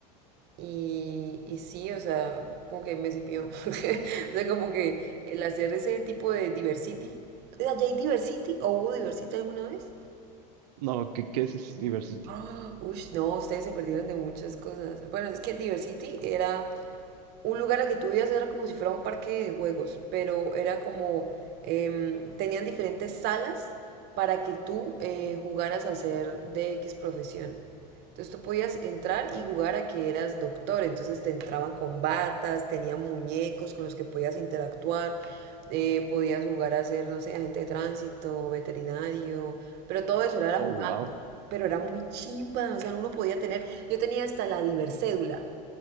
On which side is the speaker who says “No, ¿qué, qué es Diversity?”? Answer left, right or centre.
Right